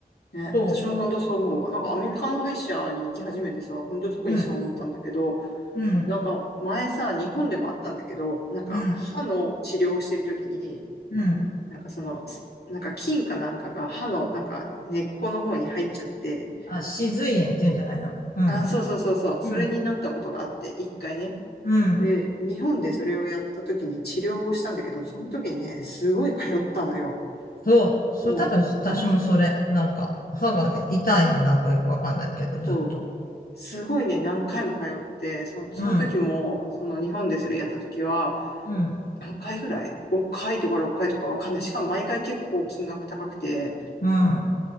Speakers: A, on the left; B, on the left.
A: ね、
B: そ
A: 私も本当そう思うわ。なんかアメリカの歯医者に行き始めてさ、本当特にそう思ったんだけど、
B: う。うん、うん、
A: なんか前さ、日本でもあったんだけど、なんか歯の治療をしてる時に、
B: うん、うん。
A: なんかその、なんか菌かなんかが歯のなんか根っこの方に入っちゃって、
B: あ、歯髄炎って言うんじゃないのうん。
A: あ、そうそうそうそう。それになったことがあって、
B: うん。
A: 一回ね。
B: うん。
A: で、日本でそれをやった時に治療をしたんだけど、その時にね、すごい通ったのよ。
B: そう。そう、
A: もう、
B: 多分私もそれ。
A: なん、
B: なんか、歯がね、痛いのなんかよくわかんないけど、
A: そう、
B: ずっと。
A: すごいね、何回も通って、そ、その時も、
B: うん。
A: その日本でそれやった時は、
B: うん。
A: 何回ぐらい ?5 回とか6回とかわかんない。しかも毎回結構金額高くて、
B: うん。